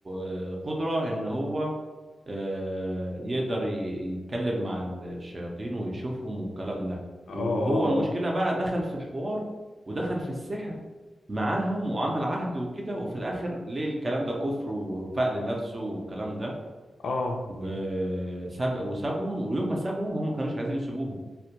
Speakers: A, on the right (about 30°); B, on the left (about 80°).
A: آه، قدرة ان هو آه، يقدر ي- يتكلم مع الشياطين ويشوفهم والكلام ده
B: اه
A: وهو
B: اه
A: المشكلة
B: اه
A: بقى دخل في الحوار ودخل في السحر معاهم وعمل عهد وكده وفي الاخر ليه الكلام ده كفر وفاق لنفسه والكلام ده
B: اه
A: وساب وسابهم ويوم ما سابهم هم ما كانوش عايزين يسيبوه